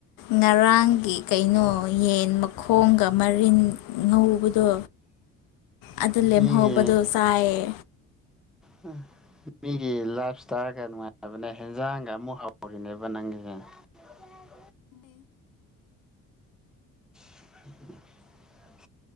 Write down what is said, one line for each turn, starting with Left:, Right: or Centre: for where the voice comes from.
Left: ꯉꯔꯥꯡꯒꯤ ꯀꯩꯅꯣ ꯌꯦꯟ ꯃꯈꯣꯡꯒ ꯃꯔꯤꯟ ꯉꯧꯕꯗꯣ ꯑꯗꯨ ꯂꯦꯝꯍꯧꯕꯗꯣ
Centre: ꯃꯤꯒꯤ
Left: ꯆꯥꯏꯌꯦ
Centre: ꯍꯥ ꯃꯤꯒꯤ ꯂꯥꯏꯐ ꯏꯁꯇꯥ꯭ꯏꯜꯒ ꯅꯨꯡꯉꯥꯏꯕꯅꯦ ꯍꯦꯟꯖꯥꯡꯒ ꯑꯃꯨꯛ ꯍꯥꯎꯔꯤꯅꯦꯕ ꯅꯪꯒꯤꯁꯦ <unintelligible> <unintelligible>